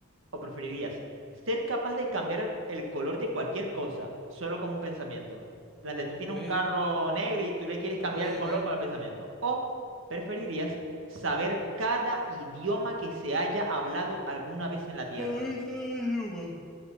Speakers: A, on the right; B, in the centre.
A: ¿O preferirías ser capaz de cambiar el color de cualquier cosa solo con un pensamiento? Plante, tú tienes
B: Ok,
A: un carro negro y tú le quieres cambiar
B: ok,
A: el color
B: ok.
A: con el pensamiento. ¿O preferirías saber cada idioma que se haya hablado alguna vez en la Tierra?
B: Ay, soy Yuma.